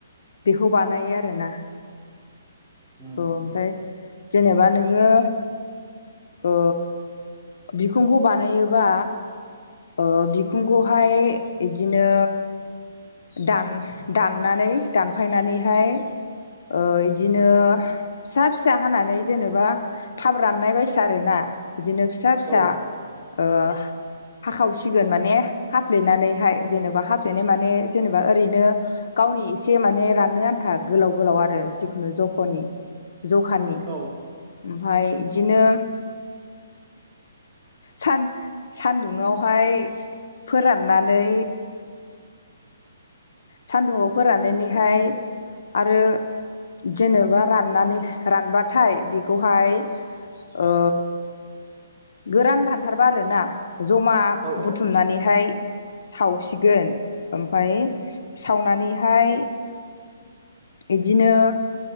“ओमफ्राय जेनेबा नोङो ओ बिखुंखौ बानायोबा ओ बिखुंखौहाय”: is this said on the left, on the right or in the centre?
Left